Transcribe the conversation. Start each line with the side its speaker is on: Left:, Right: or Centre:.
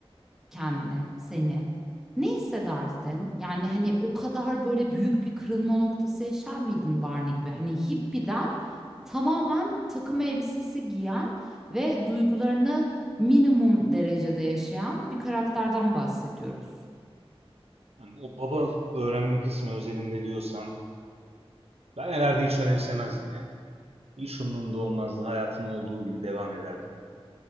Centre: kendini, seni. Ne hissederdin? Yani hani o kadar böyle büyük bir kırılma noktası yaşar mıydın Barney gibi? Hani hippiden tamamen takım elbisesi giyen ve duygularını minimum derecede yaşayan bir karakterden bahsediyoruz.
Right: Hani o baba öğrenme kısmı özelinde diyorsan ben herhalde hiç önemsemezdim ya. Hiç umurumda olmazdı. Hayatım olduğu gibi devam ederdim.